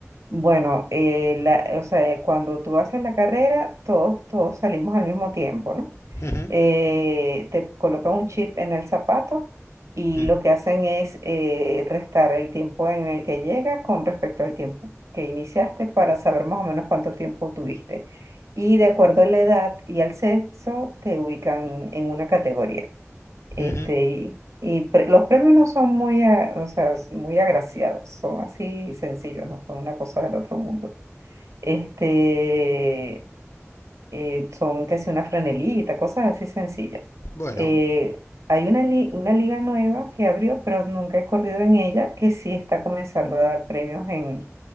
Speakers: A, on the right (about 85°); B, on the left (about 65°).
A: Bueno, eh, la- o sea, cuando tú haces la carrera, todos, todos salimos al mismo tiempo, ¿no?
B: <laughs> Ujú.
A: Eh, te colocan un chip en el zapato y
B: Ujú.
A: lo que hacen es eh, restar el tiempo en el que llega con respecto al tiempo que iniciaste para saber más o menos cuánto tiempo tuviste. Y de acuerdo a la edad y al sexo, te ubican en una categoría. Este,
B: Ujú.
A: y, y pre- los premios no son muy, a- o sea, s- muy agraciados, son así sencillos, no son una cosa del otro mundo. Este, eh, son casi una franelita, cosas así sencillas.
B: Bueno,
A: Eh, hay una, li- una liga nueva que abrió, pero nunca he corrido en ella, que sí está comenzando a dar premios en,